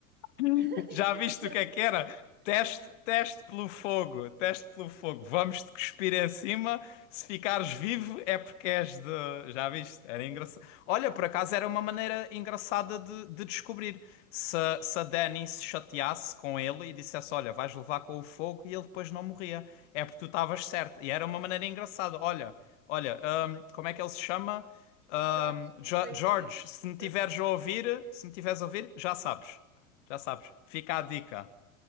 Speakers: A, on the left (about 60°); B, on the right (about 25°).
A: <laughs>
B: <laughs>
A: Já
B: em cima
A: viste
B: dele
A: o que é
B: para
A: que era?
B: ver se funcionava.
A: Teste, teste pelo fogo, teste pelo fogo. Vamos-te cuspir em cima. Se ficares vivo é porque és de. Já viste? Era engraçado. Olha, por acaso era uma maneira engraçada de, de descobrir. Se, se a Dani se chateasse com ele e dissesse: Olha, vais levar com o fogo, e ele depois não morria. É porque tu estavas certo. E era uma maneira engraçada. Olha, olha, hum, como é que ele se chama? Hum,
B: Jorge
A: Jo-
B: não sei
A: George,
B: o quê, um escritor.
A: se me tiveres a ouvir, se me tiveres a ouvir, já sabes. Já sabes. Fica a dica.